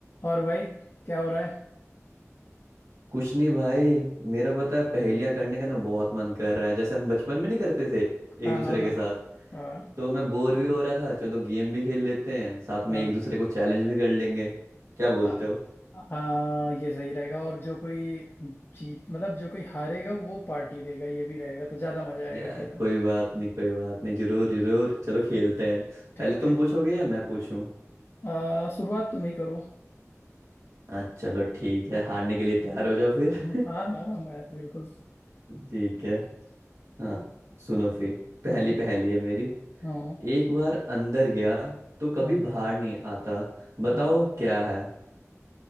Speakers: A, on the left (about 40°); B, on the right (about 65°).
A: और भाई क्या हो रहा है
B: कुछ नहीं भाई मेरा पता है पहेलियां करने का ना बहुत मन कर रहा है जैसे हम बचपन में नहीं करते थे
A: हाँ
B: एक दूसरे
A: हाँ हाँ
B: के साथ
A: हाँ
B: तो मैं बोर भी हो रहा था चलो गेम भी खेल लेते हैं साथ
A: हाँ
B: में एक दूसरे को चैलेंज भी कर लेंगे क्या बोलते
A: हाँ
B: हो
A: हाँ ये सही रहेगा और जो कोई जीत मतलब जो कोई हारेगा वो पार्टी देगा ये भी रहेगा तो ज्यादा मजा आएगा
B: यार
A: खेलना
B: कोई बात नहीं कोई बात नहीं जरूर जरूर चलो खेलते
A: हाँ,
B: हैं
A: ठीक
B: पहले
A: ठीक
B: तुम पूछोगे या मैं पूछूं
A: आ, शुरुआत तुम ही करो
B: हाँ चलो ठीक है हारने के लिए तैयार हो जाओ फिर
A: हम्म,
B: <laughs>
A: हाँ हाँ मैं तो बिल्कुल
B: ठीक है हाँ सुनो फिर पहली
A: हम्म हम्म,
B: पहली है मेरी
A: हाँ
B: एक बार अंदर गया तो कभी
A: हाँ
B: बाहर नहीं आता बताओ
A: हाँ
B: क्या है